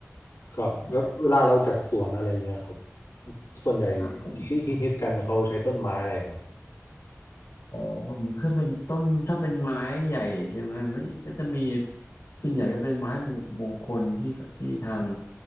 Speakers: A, on the left (about 80°); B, on the left (about 70°).
A: ครับแล้วเวลาเราจัดสวนอะไรอย่างเงี้ยครับ
B: ใช่
A: ส่วนใหญ่ที่ฮิตๆกันเขาใช้ต้นไม้อะไรครับ
B: ครับผม อ๋อคือเป็นต้นถ้าเป็นไม้ใหญ่ใช่ไหมไม่ก็จะมีส่วนใหญ่ก็เป็นไม้มงมงคลที่ที่ทาง